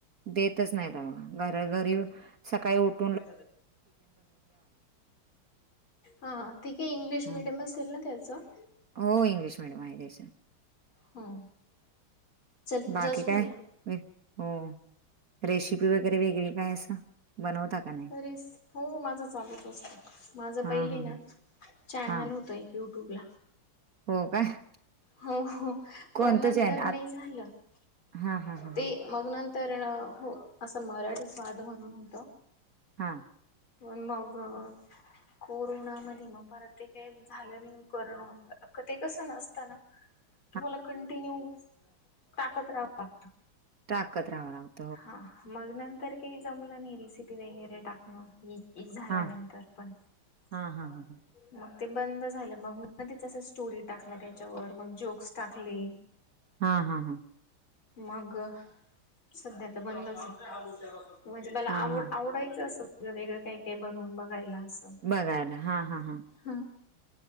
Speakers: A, on the right; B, on the left.
A: देतच नाही डबा घर घरी येऊन सकाळी उ <unintelligible>
B: हं ह ठीके इंग्लिश
A: ह
B: मिडीयमच <unintelligible> दिलन त्याचं. <unintelligible>
A: हो इंग्लिश मिडीयम आहे त्याचं. <unintelligible>
B: ह चल
A: बाकी
B: जा स्कुला.
A: काय
B: <unintelligible>
A: हो रेशिपी वगैरे वेगळी काय असं <unintelligible> का नाही
B: अरेच हो माझं चालूच असतं माझं
A: हा
B: पहिले
A: हा
B: ना <unintelligible> चॅनल
A: हा
B: होत एक युट्यूब ला <unintelligible>
A: हो का <unintelligible>
B: हो हो
A: कोणतं
B: पण नंतर
A: चॅन आ
B: नही झालं. <unintelligible>
A: हा हा हा हा.
B: ते
A: <unintelligible>
B: मग नंतर अ हो असं मराठी स्वाद म्हणून होतं. <unintelligible>
A: आ. <unintelligible>
B: पण मग <unintelligible> कोरोना मधी म परत ते केप झालं नाही कोरोना हो ते कसं नसताना.
A: <unintelligible>
B: तुम्हाला कंटिन्यू टाकत राहावं लागतं <unintelligible>
A: टाकत रावला <unintelligible>
B: हा मग नंतर काही जमलं नाही रिसिपी वगैरे टाकणं <unintelligible> एक झाल्यानंतर
A: हा
B: पण <unintelligible>
A: हा हा ह
B: मग ते बंद झालं मग म ते स्टोरी टाकल्या त्याच्यावर मग जोक्स टाकली
A: हां हां हां <unintelligible>
B: मग सध्या तर बंदच आहे म्हणजे मला
A: हा
B: आवड
A: हा
B: आवडायचं अस व वेगळं काही काही बनवून बघायला <unintelligible>
A: बघायला हा हां हां <unintelligible>
B: हा